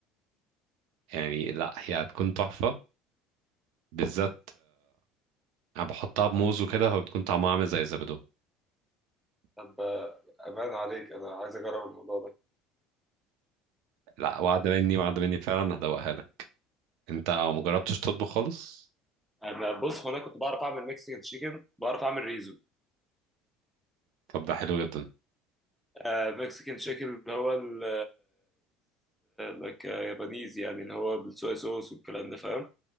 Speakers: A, on the right; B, in the centre.
A: يعني لا هي هتكون تحفة بالذات انا بحطها بموز وكده فبتكون طعمها عامل زي الزبادو
B: طب آه، امان عليك انا عايز اجرب الموضوع ده
A: لا وعد مني وعد مني فعلا هدوقها لك انت ما جربتش تطبخ خالص
B: انا بص هو انا كنت بعرف اعمل ميكسيكان تشيكن بعرف اعمل ريزو
A: طب ده حلو جدا
B: آه، مكسيكان شيك اللي هو ال لك يابانيز يعني اللي هو بالصويا صوص والكلام ده فاهم